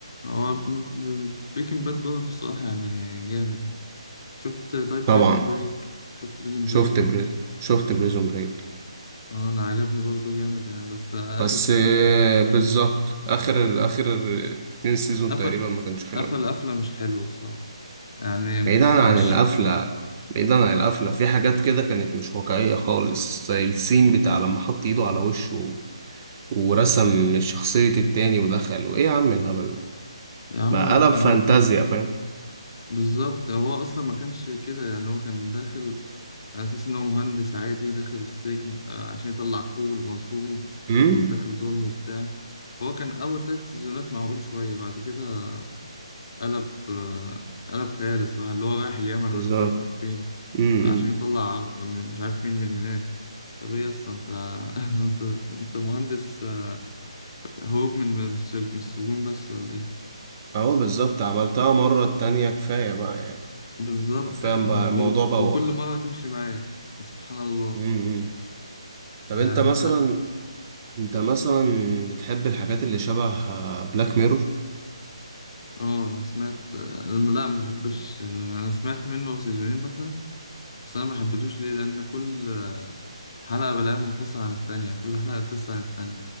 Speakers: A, on the left (about 45°); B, on the right (about 25°).
A: هو بريكنج باد برضه الصراحة يعني جامد شفت طيب
B: طبعا
A: بريزون بريك شفت بريزون
B: شفت
A: بريك
B: بري... شفت بريزون بريك
A: أنا عجبني برضه جامد يعني بس آخر
B: بس
A: سيزون
B: آه، بالظبط اخر اخر اتنين سيزون
A: قفل
B: تقريبا ما كانش حلوين
A: قفل قفلة مش حلوة الصراحة يعني
B: بعيدا
A: مش
B: عن القفله بعيدا عن القفله في حاجات كده كانت مش واقعيه خالص زي السين بتاع لما حط ايده على وشه و- ورسم شخصيه التاني ودخل وايه يا عم الهبل ده
A: يا عم
B: ما
A: أهو
B: قلب فانتازيا فاهم
A: بالظبط هو أصلا ما كانش كده يعني هو كان داخل على أساس إن هو مهندس عادي داخل السجن آه، عشان يطلع أخوه المظلوم
B: امم
A: اللي داخل ظلم وبتاع فهو كان أول تلات سيزونات معقول شوية بعد كده قلب آه، قلب خيال الصراحة اللي هو رايح اليمن
B: بالظبط
A: ولا مش عارف رايح فين
B: امم
A: عشان يطلع من- مش عارف مين من هناك طب ايه اصلا انت <laughs> انت انت مهندس آه، هروب من من السج- من السجون بس ولا ايه
B: اهو بالظبط عملتها مره التانية كفايه بقى يعني
A: بالظبط
B: حرفيا
A: يعني
B: بقى الموضوع
A: و...
B: بوخ
A: وكل مرة تمشي معايا سبحان الله
B: مم. طب
A: آه،
B: انت
A: انت
B: مثلا انت مثلا بتحب الحاجات اللي شبه بلاك ميرور
A: اه انا سمعت آه، لا ما بحبش آه، انا سمعت منه سيزونين مثلا بس انا ما حبيتوش ليه لان كل حلقة بلاقيها منفصلة عن التانية كل حلقة قصة عن التانية